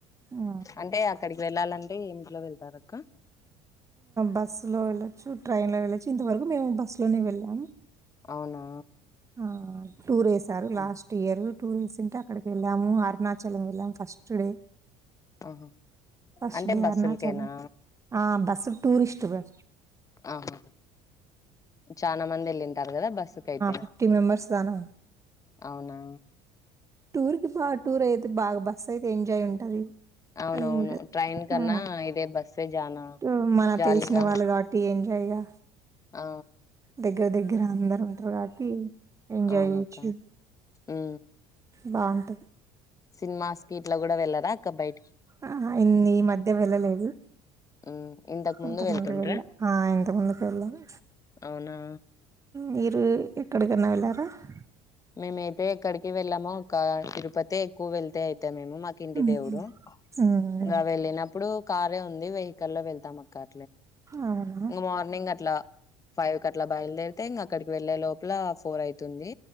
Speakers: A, on the right (about 20°); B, on the left (about 25°).
A: ఆ,
B: అంటే అక్కడికి వెళ్ళాలంటే ఏ ఎలా వెళ్తారు అక్క,
A: బస్సులో వెళ్ళచ్చు ట్రైన్ లో వెళ్ళొచ్చు ఇంతవరకు మేము బస్సులోనే వెళ్ళాము
B: అవునా
A: ఆ టూర్ వేసారు
B: ఉమ్,
A: లాస్ట్ ఇయర్, టూ వీక్స్ ఉంటే అక్కడికి వెళ్ళాము అరుణాచలం వెళ్ళాము ఫస్ట్ స్ట్డే
B: ఆహా
A: ఫస్ట్
B: అంటే
A: డే
B: బస్సులకేనా
A: అరుణాచలం ఆ బస్ టూరిస్ట్ బ
B: ఆహా చానా మంది ఏళ్ళి టారు కదా బస్సు కయితే
A: ఫిఫ్టీ మెంబర్స్ దానా
B: అవునా
A: టూర్ కి బాగా టూర్ అయితే బాగా బస్ అయితే ఎంజాయ్ ఉంటాది
B: అవునవును
A: అని ఉంటది
B: ట్రైన్ కన్నా
A: ఉ
B: ఇదే బస్సే జానా
A: టు మన
B: జాలీగా
A: తెలిసిన వాళ్ళు కాబట్టి ఏంజయగా
B: ఆ
A: దగ్గర దగ్గర అందరు ఉంటారు కాబట్టి ఎంజాయ్
B: అవునక్క
A: చేయొచ్చు
B: ఊ
A: బాగుంటది
B: సినిమాస్ కి ఇట్ల కూడా వెళ్ళరా అక్క బయటికి
A: ఆహా ఇన్ని ఈ మధ్య వెళ్ళలేదు
B: ఉమ్ ఇంతకు ముందు
A: ఇంత ముందుకు
B: వెళ్తుంట్రా
A: వెళ్ళ ఆ ఇంత ముందుకు వెళ్ళను
B: అవునా
A: మీరు ఎక్కడికన్నా వెళ్ళారా అహ్
B: మేమైతే ఎక్కడికి వెళ్ళాము అక్క తిరుపతే ఎక్కువ వెళ్తే అయితే తే మేము మాకు ఇంటి
A: ఉహు.
B: దేవుడు
A: ఉమ్,
B: ఇంకా వెళ్ళినప్పుడు కారే ఉంది వెహికల్ లో వెళ్తాం అక్క
A: అవునా
B: ఇంగ మార్నింగ్ అట్లా ఫైవ్ కి అట్లా బయలుదేరితే ఇంగ అక్కడికి వెళ్లే లోపల, ఫోర్ ఐతుంది